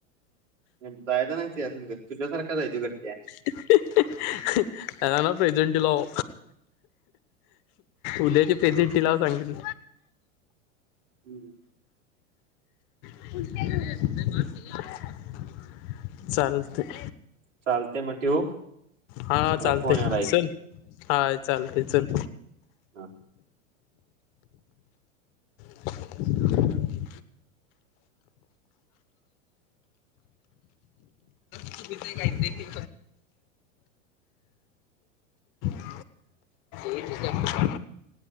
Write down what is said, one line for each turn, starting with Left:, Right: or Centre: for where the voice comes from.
Right: <unintelligible> यदा स तुझ्यासारखा नाही आहे करते
Left: <unintelligible> राणा प्रेझेंटी लाव. उद्याची प्रेझेंटी लाव सांगितली.
Right: हम्
Left: <inaudible> चालतय
Right: चालतंय मग ठेवू
Left: हा
Right: मला
Left: चालतय
Right: फोन यायला एक
Left: चल हा चालतेय चल
Right: हा
Left: <inaudible> काय नाही <unintelligible> <inaudible>